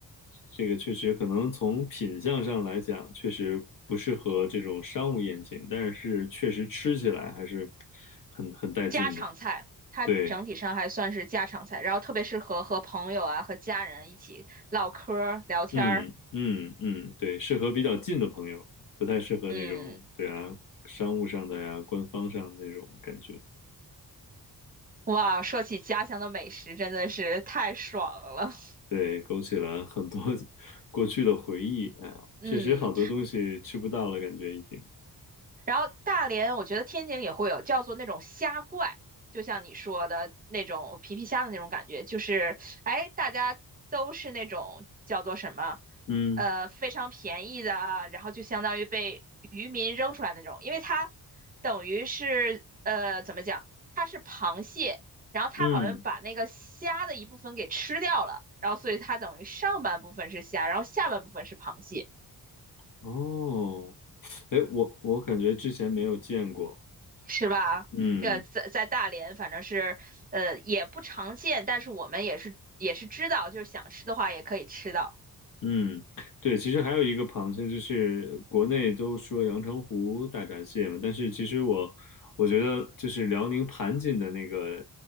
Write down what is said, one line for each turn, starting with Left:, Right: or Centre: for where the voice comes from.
Left: 这个确实可能从品相上来讲，确实不适合这种商务宴请，但是确实吃起来还是很很带劲的。
Right: 家常菜，它整体上还算是家常菜，
Left: 对，
Right: 然后特别适合和朋友啊和家人一起唠嗑儿聊天儿。
Left: 嗯嗯嗯，对，适合比较近的朋友，不太适合那种，
Right: 嗯，
Left: 对啊，商务上的呀，官方上的那种感觉。
Right: 哇，说起家乡的美食真的是太爽了。<laughs>
Left: 对，勾起了很多 <laughs> 过去的回忆。哎呀，
Right: 嗯，
Left: 确实好多东西吃不到了，感觉已经。
Right: 然后大连，我觉得天津也会有叫做那种虾怪，就像你说的那种皮皮虾的那种感觉，就是哎，大家都是那种叫做什么，
Left: 嗯
Right: 呃，非常便宜的啊，然后就相当于被渔民扔出来的那种，因为它等于是呃怎么讲，它是螃蟹，然后它好像把那个虾的一部分给吃掉了，
Left: 嗯，
Right: 然后所以它等于上半部分是虾，然后下半部分是螃蟹。
Left: 哦，哎，我我感觉之前没有见过。
Right: 是吧？
Left: 嗯
Right: 这个在在大连，反正是呃也不常见，但是我们也是也是知道，就是想吃的话也可以吃到
Left: 嗯，对，其实还有一个螃蟹，就是国内都说阳澄湖大闸蟹嘛，但是其实我我觉得就是辽宁盘锦的那个